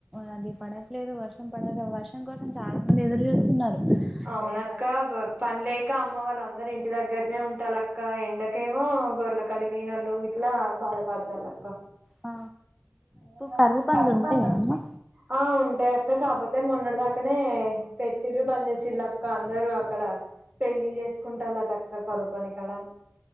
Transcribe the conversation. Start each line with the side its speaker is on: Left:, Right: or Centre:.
Centre: అది పడట్లేదు వర్షం పడ వర్షం కోసం చాలా మంది ఎదురు చూస్తున్నారు
Right: అవునక్క
Centre: ఏం పడ
Right: పని లేక అమ్మ వాళ్ళ అందరు ఇంటి దగ్గర ఉంటాల అక్క ఎండకేమో గొర్ల కాడికి పోయినోళ్లు ఇట్లా బాధపడతారు అక్క
Centre: ఆ
Right: మీ వైపు
Centre: కరువు పండ్లు
Right: పరుమ
Centre: ఉంటాయా
Right: పం
Centre: అమ్మ
Right: ఆ ఉంటే ఇ కాపోతే మొన్నడు దాకానే పెట్టిరు బంద్ చేసి చిల్ లక్క అందరు అక్కడ పెళ్ళిళ్ళ చేసుకుంటారు టక్కర్ కరపానిక్కడ